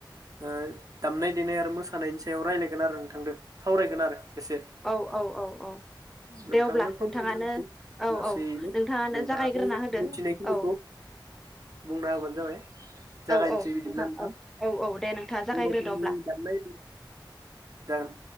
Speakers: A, on the right; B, in the centre.
A: ओ दामनाय देनाय आरो मोसानायनि सायाव रायलायगोन आरो नोंथांदो। सावरायगोन आरो एसे।
B: औ औ औ औ
A: नोंथांनो
B: दे अब्ला
A: फोरमायनो
B: नोंथाङानो
A: नांगौ
B: औ
A: लासैैनो
B: औ नोंथाङानो
A: नोंथाङाबो
B: जागायग्रोना होदो
A: मिथिनायखिनिखौ
B: औ
A: बुंना होबानो जाबाय। जागायनोसै
B: औ औ
A: बिदिब्ला नोंथां।
B: औ औ औ दे नोंथाङा जागायग्रोदो
A: बर'फोरनि
B: अब्ला
A: दामनाय <unintelligible> जागोन।